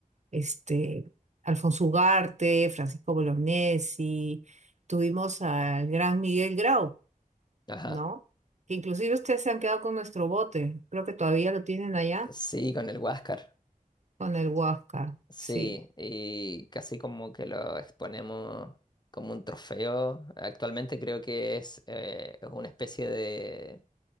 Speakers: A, on the right (about 50°); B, on the left (about 30°).
A: este, Alfonso Ugarte, Francisco Bolognesi, tuvimos al gran Miguel Grau,
B: Ajá,
A: ¿no? Que inclusive ustedes se han quedado con nuestro bote, creo que todavía lo tienen allá,
B: sí, con el Huáscar,
A: con el Huáscar,
B: sí,
A: sí,
B: y casi como que lo exponemos como un trofeo. Actualmente creo que es, eh, es una especie de